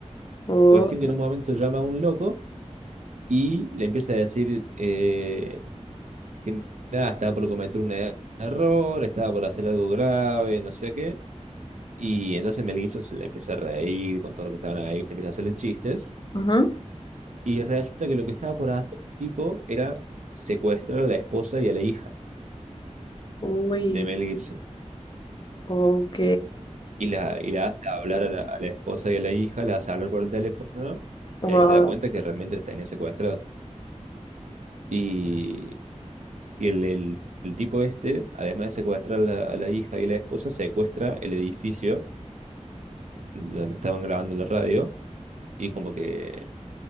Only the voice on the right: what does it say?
Cuestión que en un momento llama a un loco y le empieza a decir eh, que nada, estaba por cometer un er- error, estaba por hacer algo grave, no sé qué. Y entonces Mel Gibson se le empieza a reír con todo lo que estaban ahí, ¿viste? empieza a hacerle chistes.
Y resulta que lo que estaba por hacer el tipo era secuestrar a la esposa y a la hija
de Mel Gibson.
Y la, y la hace hablar a la, a la esposa y a la hija, la hace hablar por el teléfono,
y ahí se da cuenta que realmente las tenía secuestradas. Y Y el, el- el tipo este, además de secuestrar a la, a la hija y la esposa, secuestra el edificio donde estaban grabando la radio y como que